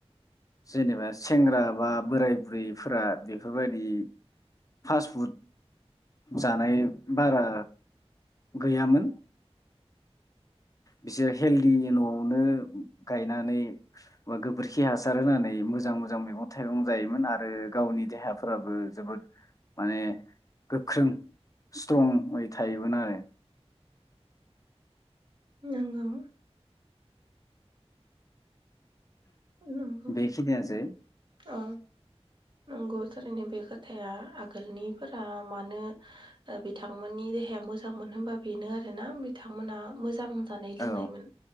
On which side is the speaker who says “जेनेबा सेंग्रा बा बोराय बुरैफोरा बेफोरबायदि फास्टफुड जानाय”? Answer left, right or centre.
Left